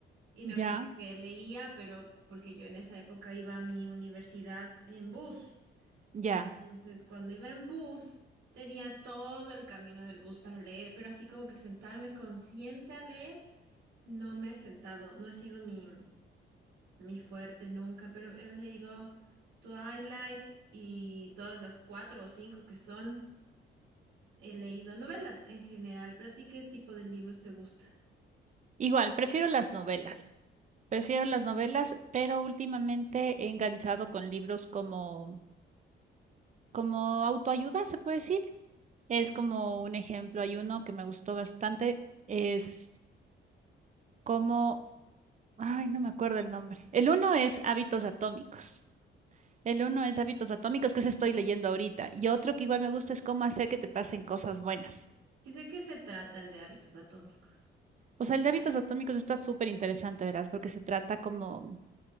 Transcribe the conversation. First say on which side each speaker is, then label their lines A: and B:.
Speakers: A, on the right; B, on the right.
A: Y me acuerdo
B: Ya,
A: que leía, pero porque yo en esa época iba a mi universidad en bus.
B: ya.
A: Entonces, cuando iba en bus, tenía todo el camino del bus para leer, pero así como que sentarme consciente a leer, no me he sentado, no he sido mi, mi fuerte nunca, pero he leído Twilight y todas las cuatro o cinco que son, he leído novelas en general, pero ¿a ti qué tipo de libros te gusta?
B: Igual, prefiero las novelas. Prefiero las novelas, pero últimamente he enganchado con libros como, como autoayuda, se puede decir. Es como un ejemplo, hay uno que me gustó bastante, es como, ay, no me acuerdo el nombre. El uno es Hábitos Atómicos. El uno es Hábitos Atómicos, que se estoy leyendo ahorita. Y otro que igual me gusta es cómo hacer que te pasen cosas buenas.
A: ¿Y de qué se trata el de hábitos atómicos?
B: O sea, el de Hábitos Atómicos está súper interesante, verás, porque se trata como